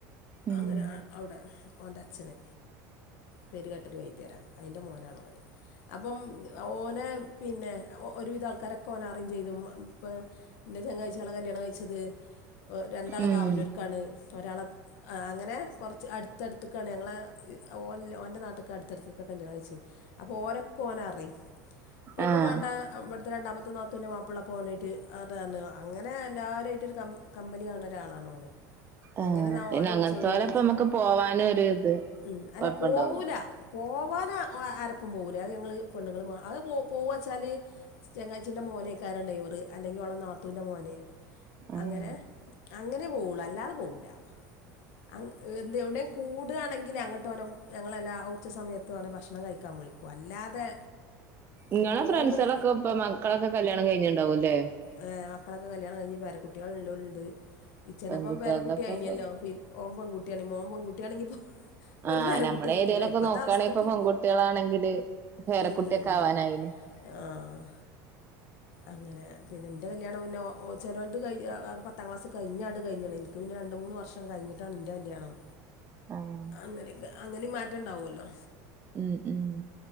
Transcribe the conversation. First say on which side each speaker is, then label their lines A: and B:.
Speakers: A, on the right; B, on the left.
A: ഉം
B: അങ്ങനെ അവിടെ ഓന്റെ ച്ഛന് പേരുകെട്ടരു വൈദ്യരാ അതിന്റെ മോനാണ് ഒന് അപ്പം ഓനെ പിന്നെ ഒരുവിധ ആൾക്കാരൊക്കെ ഓനെ അരിമ് ചെയ്തു ഇപ്പ എന്റെ ചങ്ങാഴ്ചകള കല്യാണം കഴിച്ചത് ഒ രണ്ടാൾ
A: ഉം
B: കാവനൊരുക്കാണ് ഒരാള ആ അങ്ങനെ കോർച്ച് അട്ത്തട്ത്ത്ക്കാണ് ഞങ്ങളെ ഓൻ ഓൻ്റെ നാട്ട്ക്ക് അട്ത്തടുത്ത്ക്കാ കല്യാണം കഴിച്ചേ അപ്പോ ഓരോ പ്പോ നറിം ഇപ്പോ ഒന്നും
A: ആഹ്
B: വാണ്ട ഇവട്ത്തെ രണ്ടാമത്തൊ നാത്തൂൻ്റെ മാപ്പള പോനയ്ട്ട് ഇതാന്ന് അങ്ങനെ എല്ലാരും ആയിട്ട് ഒരു ക കമ്പനി ആണോരാളാണ് ഓന്
A: ആഹ്
B: അങ്ങനെ
A: പിന്നെ
B: ഓനെ
A: അങ്ങൻത്തെലൊപ്പം
B: വിളിച്ചോളി ഓനെ വിളിച്ച്
A: നമ്മക്ക് പോവാനും ഒരു ഇത്
B: ഉം അല്ല
A: കൊഴപ്പുണ്ടാവൂല
B: പോവൂല പോവാന് ആരപ്പും പോകൂല അത് ഞങ്ങള് പെണ്ണ്ങ്ങള് മാ അത് പോ പോവാച്ചാല് ചങ്ങാച്ചീൻ്റെ മോനേക്കാരം ഡ്രൈവറ് അല്ലെങ്കി ഓളെ നാത്തൂൻ്റെ മോന്
A: ആഹ്
B: അങ്ങനെ അങ്ങനെ പോവോള്ളു അല്ലാതെ പോവൂല അങ്ങ് എന്തേം എവിടെം കൂടുണെങ്കി അങ്ങട്ട് ഓനെ ഞങ്ങളെല്ല ഉച്ച സമയത്ത് ഓനെ ഭക്ഷണം കഴിക്കാൻ വിളിക്കും അല്ലാതെ
A: ഇങ്ങളെ
B: പോ- പോകൽ
A: ഫ്രണ്ട്സാളൊക്കെ ഇപ്പം മക്കളൊക്കെ കല്യാണം കഴിഞ്ണ്ടാവുംല്ലേ
B: ഹേ മക്കളൊക്കെ കല്യാണം കഴിഞ് പേര കുട്ട്യാള് ഇ ണ്ട് ഇച്ചനെപ്പം
A: പെൺകുട്ടികൾതൊക്കെ
B: പേര കുട്ടി ആയിനല്ലോ
A: ഇപ്പൊ
B: ഫി ഓം പെൺകുട്ടി ആണെങ്കി മോൻ പെൺകുട്ടി ആണെങ്കി ഇപ്പം ഒരു
A: ആഹ്
B: പേര
A: നമ്മളെ
B: കുട്ടി
A: ഏരിയയിലൊക്കെ
B: അല്ല ഇപ്പത്തെ
A: നോക്കാണെ
B: അവസ്ഥക്ക്
A: ഇപ്പൊ പെൺകുട്ടികളാണെങ്കില് പേരക്കുട്ടിയൊക്കെ
B: ഉം ഉം
A: ആവാനായിന്
B: ആഹ് അങ്ങനെ പിന്നെ ഇന്റെ കല്യാണം മുന്നെ ഓ ചെലൊൽത് കയാ പത്താം ക്ലാസ് കഴിഞട് കഴ്ഞ്ണ് ഇൻക്ക് പിന്നെ രണ്ട് മൂന്ന് മൂന്ന് വർഷം കഴിഞ്ഞിട്ടാണ് ഇന്റെ കല്യാണം
A: ആഹ്
B: അങ്ങനെക്കെ അങ്ങനിം മാറ്റണ്ടാവോല്ലോ
A: ഉം ഉം